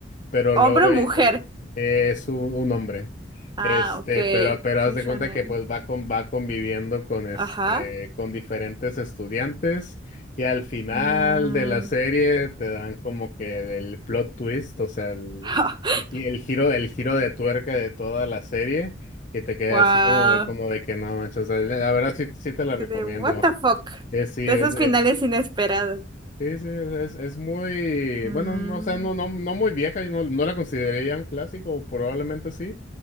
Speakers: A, on the left (about 45°); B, on the right (about 25°).
A: pero
B: Hombre
A: luego
B: o
A: eh,
B: mujer.
A: pe- eh, es un, un hombre.
B: Ah,
A: Este,
B: ok.
A: pero, pero
B: Soy
A: haz de
B: shonen.
A: cuenta que pues va con, va conviviendo con este,
B: Ajá.
A: con diferentes estudiantes, y al final
B: Mm.
A: de la serie te dan como que el, el plot twist, o sea, el,
B: <laughs>
A: el, gi- el giro, el giro de tuerca de toda la serie, y te queda
B: Wow.
A: así como de, como de que no manches, o sea, la verdad sí, sí te la recomiendo.
B: De what the fuck.
A: es sí,
B: De
A: es,
B: esos
A: eh,
B: finales inesperados.
A: Sí, sí, es, es muy,
B: Mm,
A: bueno, no, o sea, no, no, no muy vieja y no, no la consideraría un clásico, probablemente sí,